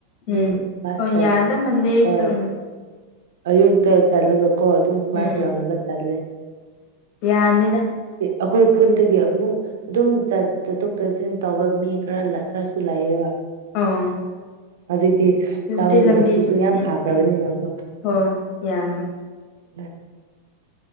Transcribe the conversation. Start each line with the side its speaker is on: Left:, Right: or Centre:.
Right: ꯑꯗꯨꯝ
Left: ꯎꯝ
Right: ꯚꯥꯁ
Left: ꯍꯣꯏ ꯌꯥꯗ ꯃꯥꯟꯂꯦ ꯑꯩꯁꯨ
Right: ꯇ
Left: ꯎꯝ
Right: ꯑꯌꯨꯛꯇ ꯆꯠꯂꯒ ꯀꯣ ꯑꯗꯨꯝ ꯀ꯭ꯂꯥꯁ
Left: ꯎꯝ
Right: ꯌꯥꯎꯅꯕ ꯇꯜꯂꯦ
Left: ꯉꯟꯅꯤꯗ
Right: ꯑꯩꯈꯣꯏ ꯈꯨꯟꯗꯒꯤ ꯑꯃꯨꯛ ꯑꯗꯨꯝ ꯆꯠꯊꯣꯛ ꯆꯠꯁꯤꯟ ꯇꯧꯕ ꯃꯤ ꯈꯔ ꯈꯔꯁꯨ ꯂꯩꯑꯦꯕ
Left: ꯑꯥ
Right: ꯍꯧꯖꯤꯛꯇꯤ
Left: ꯍꯧꯖꯤꯛꯇꯤ
Right: ꯇꯥꯎꯟꯒꯤ ꯂꯝꯕꯤꯁꯨ ꯌꯥꯝ
Left: ꯎꯝ
Right: ꯐꯈ꯭ꯔꯕꯅꯤꯅꯀꯣ
Left: ꯎꯝ ꯍꯣ ꯌꯥꯅꯤ
Right: ꯑ